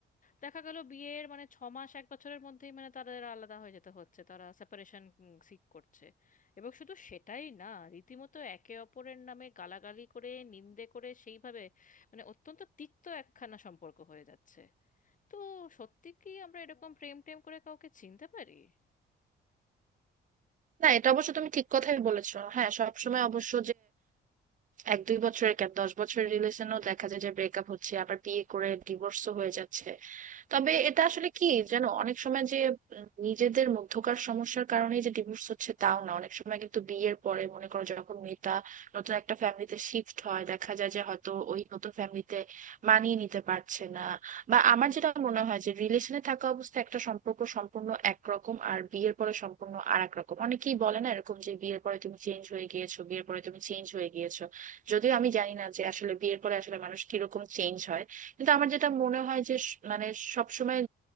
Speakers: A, on the left; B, on the right.
A: দেখা গেল বিয়ের মানে ছ মাস এক বছরের মধ্যেই মানে তাদের আলাদা হয়ে যেতে হচ্ছে তারা সেপারেশন সিক করছে এবং শুধু সেটাই না রীতিমতো একে অপরের নামে গালাগালি করে নিন্দে করে সেইভাবে মানে অত্যন্ত তিক্ত একখানা সম্পর্ক হয়ে যাচ্ছে তো সত্যি কি আমরা এরকম প্রেম টেম করে কাউকে চিনতে পারি
B: না এটা অবশ্য তুমি ঠিক কথাই বলেছো হ্যাঁ সবসময় অবশ্য এক দুই বছরের কেন দশ বছরের রিলেশনেও দেখা যায় যে ব্রেকআপ হচ্ছে আবার বিয়ে করে ডিভোর্সও হয়ে যাচ্ছে তবে এটা আসলে কি যেন অনেক সময় যে উম, নিজেদের মধ্যকার সমস্যার কারণে যে ডিভোর্স হচ্ছে তাও না অনেক সময় কিন্তু বিয়ের পরে মনে করো যখন মেয়েটা নতুন একটা ফ্যামিলিতে শিফট হয় দেখা যায় যে হয়তো ওই নতুন ফ্যামিলিতে মানিয়ে নিতে পারছে না বা আমার যেটা মনে হয় যে রিলেশনে থাকা অবস্থায় একটা সম্পর্ক সম্পূর্ণ একরকম আর বিয়ের পরে সম্পূর্ণ আর এক রকম অনেকেই বলে না এরকম যে বিয়ের পরে তুমি চেঞ্জ হয়ে গিয়েছো বিয়ের পরে তুমি চেঞ্জ হয়ে গিয়েছো যদিও আমি জানি না যে আসলে বিয়ের পরে আসলে মানুষ কিরকম চেঞ্জ হয় কিন্তু আমার যেটা মনে হয় যে স- মানে সবসময়